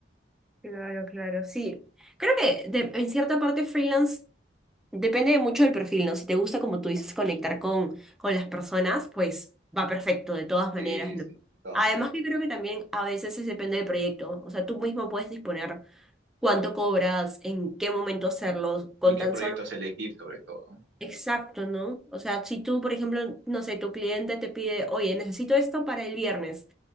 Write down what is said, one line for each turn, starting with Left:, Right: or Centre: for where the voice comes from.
Centre: Claro, claro, sí. Creo que de- en cierta parte freelance depende mucho del perfil, ¿no? Si te gusta, como tú dices, conectar con, con las personas, pues va perfecto de todas maneras,
Right: Sí,
Centre: ¿no?
Right: sí, de todas
Centre: Además
Right: maneras.
Centre: que creo que también a veces es depende del proyecto, o sea, tú mismo puedes disponer cuánto cobras, en qué momento hacerlo, con
Right: ¿Y qué
Centre: tan
Right: proyectos
Centre: solo...
Right: elegir sobre todo? ¿no?
Centre: Exacto, ¿no? O sea, si tú, por ejemplo, no sé, tu cliente te pide, oye, necesito esto para el viernes.